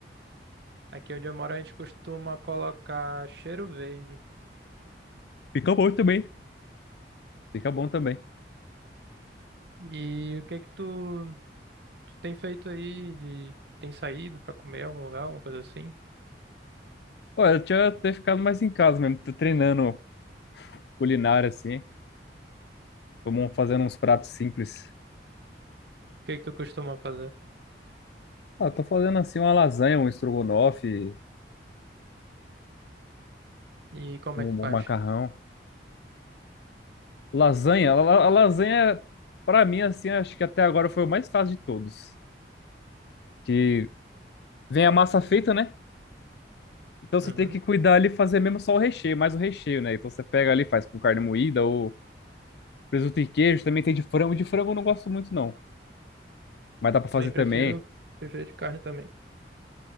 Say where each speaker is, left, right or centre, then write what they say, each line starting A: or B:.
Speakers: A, on the right; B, on the left.
A: Aqui onde eu moro a gente costuma colocar cheiro verde.
B: Fica bom também. Fica bom também.
A: E o que que tu, tu tem feito aí de tem saído pra comer em algum lugar, alguma coisa assim? O
B: Olha, eu tinha até ficado mais em casa mesmo, tô treinando culinária assim, tô mon- fazendo uns pratos simples.
A: que que tu costuma fazer?
B: Ah, tô fazendo assim uma lasanha, um estrogonofe,
A: E como
B: um,
A: é que faz?
B: um macarrão. Lasanha, a, la- a lasanha, pra mim, assim, acho que até agora foi o mais fácil de todos. Que vem a massa feita, né? Então você
A: Uhum.
B: tem que cuidar ali e fazer mesmo só o recheio, mais o recheio, né? Então você pega ali, faz com carne moída ou presunto e queijo, também tem de frango. De frango eu não gosto muito, não, mas dá pra fazer
A: Bem, prefiro
B: também.
A: prefiro de carne também.